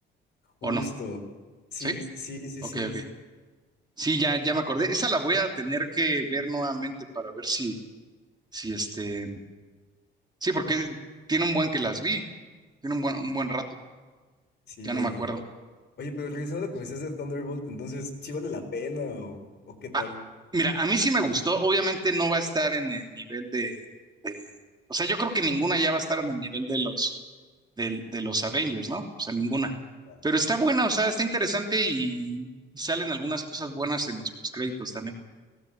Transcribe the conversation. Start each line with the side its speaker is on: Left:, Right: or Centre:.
Right: ¿O
Left: Justo.
Right: no?
Left: Sí,
Right: ¿Sí?
Left: sí, sí,
Right: Ok,
Left: sí.
Right: ok. Sí, ya, ya me acordé. Esa la voy a tener que ver nuevamente para ver si, si este. Sí, porque tiene un buen que las vi. Tiene un buen, un buen rato.
Left: Sí,
Right: Ya no me acuerdo.
Left: Oye, pero regresando a lo que me decías de Thunderbolt, entonces, ¿sí vale la pena o, o qué tal?
Right: Ah, mira, a mí sí me gustó. Obviamente no va a estar en el nivel de, de- o sea, yo creo que ninguna ya va a estar en el nivel de los, del- de, los Avengers, ¿no? O sea, ninguna.
Left: Claro.
Right: Pero está buena, o sea, está interesante y, y salen algunas cosas buenas en los créditos también.